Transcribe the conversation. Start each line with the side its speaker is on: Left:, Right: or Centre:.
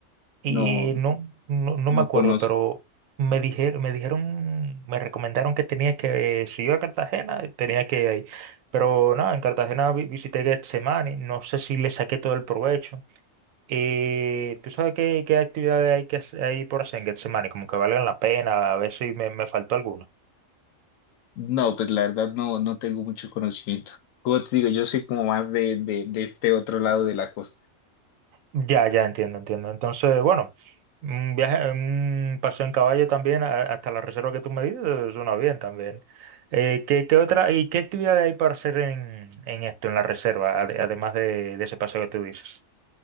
Right: Y
Left: no,
Right: no, no, no
Left: no
Right: me acuerdo,
Left: conozco.
Right: pero me dijeron, me dijeron, me recomendaron que tenía que, eh, si iba a Cartagena, tenía que ir ahí. Pero nada, en Cartagena vi- visité Getsemani, no sé si le saqué todo el provecho. Y tú sabes qué, qué actividades hay que hacer ahí por hacer en Getsemani, como que valgan la pena, a ver si me, me faltó alguna.
Left: No, pues la verdad no, no tengo mucho conocimiento. Como te digo, yo soy como más de, de, de este otro lado de la costa.
Right: Ya, ya entiendo, entiendo. Entonces, bueno, un viaje, un paseo en caballo también a- hasta la reserva que tú me dices suena bien también. Eh, ¿qué, qué otra, y qué actividades hay para hacer en, en esto, en la reserva, ade- además de, de ese paseo que tú dices?